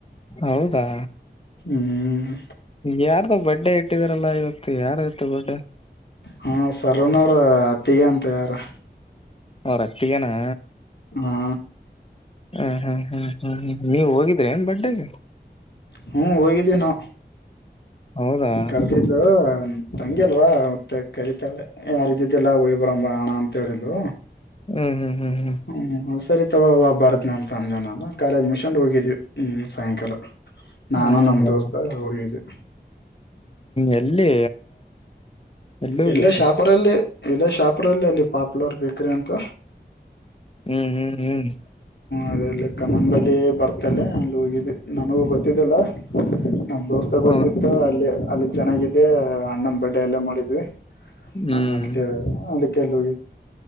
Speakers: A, on the left (about 35°); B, on the left (about 75°).
A: ಹೌದಾ
B: ಹ್ಮ್
A: ಯಾರ್ದು ಬಡ್ಡೆ ಇಟ್ಟಿದಾರಲ್ಲಾ ಇವತ್ತು ಯಾರು ಇರುತ್ತ ಬಡ್ಡೆ
B: ಹಾ ಸರ್ನವರ <unintelligible> ತಗ ಅತ್ತಿ ಯಾರು
A: ಅವರ ಅತ್ತಿಗೆ ನ
B: ಹಾ
A: ಹ್ಮ್ ಹ್ಮ್ ಹ್ಮ್ ಹ್ಮ್ ಹ್ಮ್ ನೀವ್ ಹೋಗಿದ್ರೆ ಬರ್ಡೆಗೆ
B: ಹ್ಮ ಹೋಗಿದ್ದೇ ನಾ
A: ಹೌದಾ
B: ಕರ್ತಿದ್ದು ತಂಗಿ ಅಲ್ವಾ ಮತ್ತೆ ಕರಿತಾಳೆ ಯಾರ ಇದಿದ್ದಲ್ಲ ಹೋಗಿ ಬರೋಣ ಅಣ್ಣಾ ಅಂತ ಹೇಳಿದ್ದು
A: ಹ್ಮ್ ಹ್ಮ್ ಹ್ಮ್ ಹ್ಮ್
B: ಹ್ಮ ಸರಿ ಉವಾ ಬಾರತ <unintelligible> ಅಂತ ಅಂದೆ ನಾನು ಕಾಲೇಜ್ ಮಿಷನ್ ಹೋಗಿದೀವಿ ಹ್ಮ್ ಸಾಯಂಕಾಲ ನಾನು
A: ಹೌದಾ
B: ನಮ್ ದೋಸ್ತು ಹೋಗಿದ್ವಿ
A: ಎಲ್ಲಿ ಎಲ್ಲಿ ಹೋಗಿದ್ರಿ
B: ಎಲ್ಲ ಶಾಪುರ್ ಅಲ್ಲಿ ಎಲ್ಲ ಶಾಪುರ್ ಅಲ್ಲಿ ಪಾಪುಲರ್ ಬೇಕ್ರಿ ಅಂತ
A: ಹ್ಮ್ ಹ್ಮ್ ಹ್ಮ್
B: ಅದೆರಲ್ಲಿ ಕಮನ್ಲ್ಲಿ ಬರ್ತಲ್ಲೆ ಅಲ್ಲಿ ಹೋಗಿದ್ದು ನನಗೂ ಗೊತ್ತಿದ್ದಲ್ಲ <inaudible> ನಮ್ ದೋಸ್ತಾಗ
A: ಹ
B: ಗೊತ್ತಿತ್ತು ಅಲ್ಲಿ ಅಲ್ಲಿ ಚೆನ್ನಾಗಿದೆ ಅಣ್ಣನ್ ಬರ್ಡ ಎಲ್ಲ ಮಾಡಿದ್ವಿ
A: ಹ್ಮ್
B: ಹಂಗಂತ ಹೇಳ ಅದಕ್ಕೆಲ್ಲ